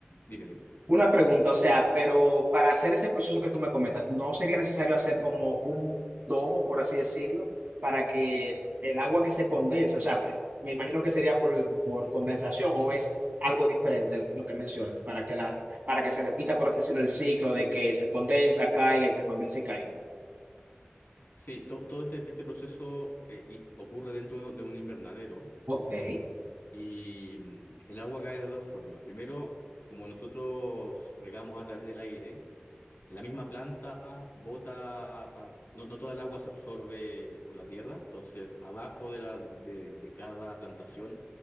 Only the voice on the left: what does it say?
dime, dime.
Sí, to- todo este, este proceso eh, y- ocurre dentro de un invernadero
Y mm, el agua cae de dos formas. Primero, como nosotros regamos a través del aire, la misma planta bota, no, no toda el agua se absorbe por la tierra, entonces abajo de, la, de, de cada plantación